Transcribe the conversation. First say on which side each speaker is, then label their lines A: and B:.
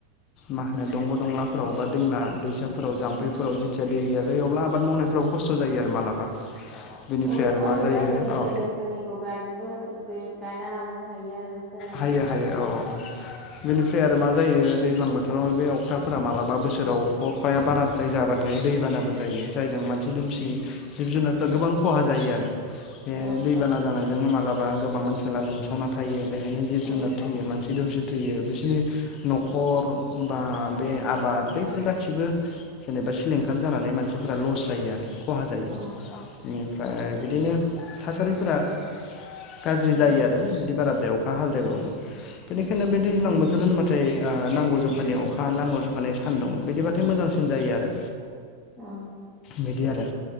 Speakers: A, on the left; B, in the centre.
A: मा होनो दंग' दंलाफोराव बा दैमा दैसा साफोराव
B: उम
A: जामफैफोराव जेथिया दै गैया जायो अब्ला आबाद मावनायफोराव खसथ' जायो आरो मालाबा बेनिफ्राय
B: अबेबा
A: आरो मा
B: अबेबा
A: जायो
B: गोथौ
A: औ
B: जायगाफोरनिखौ गायनोबो गायना लानोबो हायो आरो सोरनाबा
A: हायो
B: सोरनाबा
A: हायो औ औ औ बिनिफ्राय आरो मा जायो दैज्लां बोथोरावनो बे अखाफोरा मालाबा बोसोराव अखाया बाराद्राय जाबाथायायो दैबानाबो जायो जायजों दुमसिब जिब-जुनारफोरा
B: औ
A: गोबां ख'हा जायो आरो बे
B: औ
A: दैबाना जानाय नो मालाबा गोबां ओनसोला लोमसावना थायो बेहायनो जिब
B: औ
A: जुनार थैयो मानसि दुमसि थैयो जि न'ख खर बा बे आबाद बैफोर गासिबो जेनेबा सिलिंखार जानानै मानसिफोरा लस जायो यो आरो ख'हा जायो
B: औ
A: एमनिफ्राय बिदिनो थासारिफोरा गाज्रि
B: उम
A: जायो आरो बिदि बाराद्राय अखा हाद्रायबाबो बेनिखायनो
B: उम
A: बे दैज्लां बोथोर होनबाथाय आं नांगौ जखानि अखा नांगौ जखानि सानदुं बिदिबाथाय मोजांसिन जायो आरो
B: औ
A: बिदि आरो